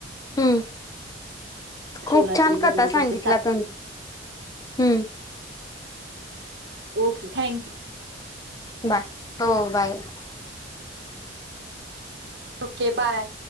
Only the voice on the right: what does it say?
शिवरात्री
वगैरे
कसं
ओके थँक्यू.
ओके बाय.